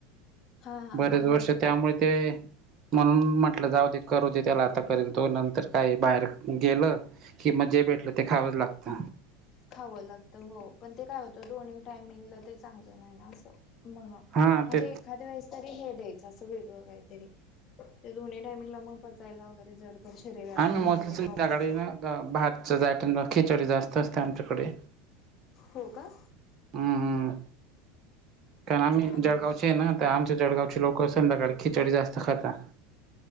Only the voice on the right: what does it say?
बरेच
वर्ष त्यामुळे ते म्हणून म्हटलं जाऊदे करूदे त्याला आता करेल तो नंतर काय बाहेर गेलं कि मग जे भेटलं ते खावंच लागत.
हा
ते
आम्ही
मोस्टली
संध्याकाळी
ना भातच आयटम खिचडी जास्त असते आमच्याकडे.
हम्म हम्म कारण आम्ही
जळगावचे
आहे ना तर आमच्या जळगावचे लोक अस संंध्याकाळी खिचडी जास्त खाता.